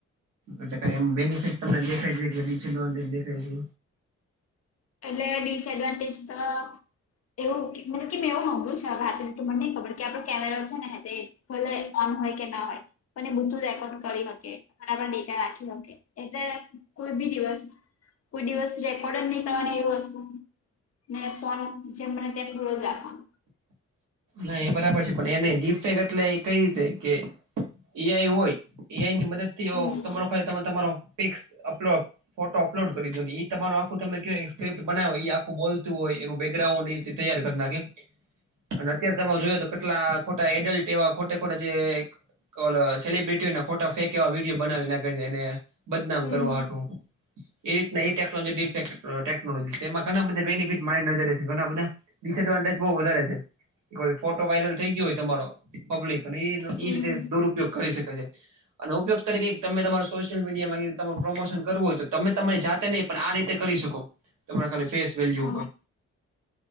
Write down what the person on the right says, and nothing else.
એલે ક એમ બેનફિટ તમને દેખાય છે કે, ડિસડવાન્ટેજ દેખાય છે.
ના એ બરાબર છે પણ એ ની ડિફેક એટલે કઈ રીતે કે એઆઈ હોય એઆઈ ની મદદ થી
તમારો કાય તમારો પિક્સ અપલો ફોટો અપલોડ કરી દો ને એ તમારુ આખું તમે જો સ્કિપ્ટ બનાવું એ આખું બોલતું હોય એનું બેકગ્રાઉન્ડ તે તૈયાર કર નાખે એમ અને અત્યારે તમે જોયો તો કેટલા ખોટા એડલ્ટ એવા ખોટા ખોટા જે કોલ અ સેલિબ્રિટી ના ખોટા ફેંકે એવા વિડીયો બનાવી નાખે છે એને બદનામ
કરવા હાટુ એ રીતના એ ટેકનોલોનોમાં ઘણા બધા બેનિફિટ મારી નજર છે ઘણા બધા ડિસ એડવાન્ટેજ બહુ વધારે છે કે ફોટો વાયરલ થઈ ગયો હોય તમારો પબ્લિક અને એ
એ રીતે દુરુપયોગ કરી શકે છે. અને ઉપયોગ તરીકે તમે તમારું સોશિયલ મીડિયામાં કીધું તમારું પ્રમોશન કરવું હોય તો તમે તમારી જાતે નહી પણ આ રીતે કરી શકો તમે તમારી ફેસ વેલ્યુ
ઉપર